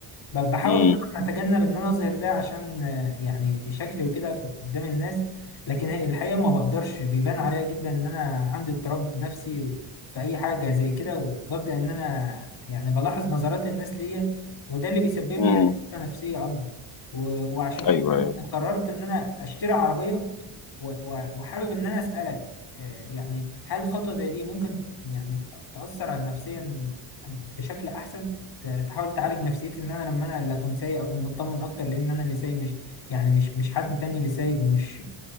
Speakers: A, on the left; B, on the left.
A: ب- بحاول
B: مم.
A: طبعا اتجنب ان انا اظهر ده عشان آه، يعني شكلي وكده في- قدام الناس لكن هي الحقيقه ما بقدرش بيبان عليا جدا ان انا عندي اضطراب نفسي في اي حاجه زي كده وببدا ان انا يعني بلاحظ نظرات الناس ليا وده اللي بيسبب لي
B: مم.
A: يعني أزمة نفسيه اكبر و- وعشان كده
B: ايوه ايوه
A: انا قررت ان انا اشتري عربيه و- و- وحابب ان انا اسالك آه، يعني هل خطوه زي دي ممكن يعني تاثر على نفسيا بشكل احسن ت- تحاول تعالج نفسيتي ان انا لما انا اللي اكون سايق اكون مطمن اكتر لان انا اللي سايق مش يعني مش مش حد تاني اللي سايق ومش